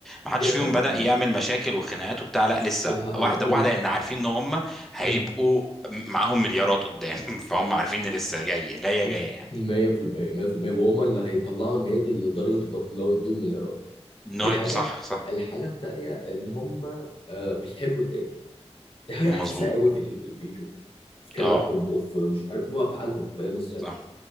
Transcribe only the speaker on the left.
جدا
مم.
والهبل
ده و-
مم.
مم.
100% 100% وهم اللي هيطلعوا النادي لدرجه انه لو يديهم مليارات
دي حاجه
الحاجه التانيه ان هم آه، بيحبوا النادي دي حاجه حاسسها
قوي في ال- في الفيديو في كلامهم
وفي مش عارف هو افعالهم فاهم ازاي؟